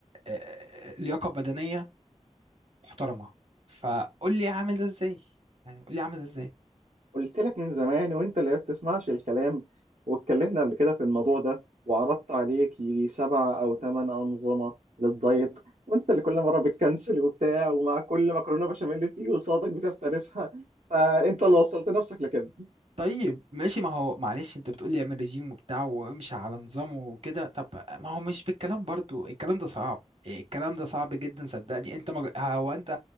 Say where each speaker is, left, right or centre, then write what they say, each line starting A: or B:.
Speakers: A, on the right; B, on the right.
A: آه، آه، لياقه بدنيه محترمه فقول لي اعمل ده ازاي يعني قول لي اعمل ده ازاي
B: قلت لك من زمان وانت اللي ما بتسمعش الكلام واتكلمنا قبل كده في الموضوع ده وعرضت عليك يجي سبع او ثمان انظمه للدايت وانت اللي كل مره بتكنسل وبتاع ومع كل مكرونه بشاميل اللي بتيجي قصادك بتفترسها فانت اللي وصلت نفسك لكده
A: طيب ماشي ما هو معلش انت بتقولي اعمل ريجيم وبتاع وامشي على نظامه وكده طب ما هو مش بالكلام برضو الكلام ده صعب الكلام ده صعب جدا صدقني انت مج... هو انت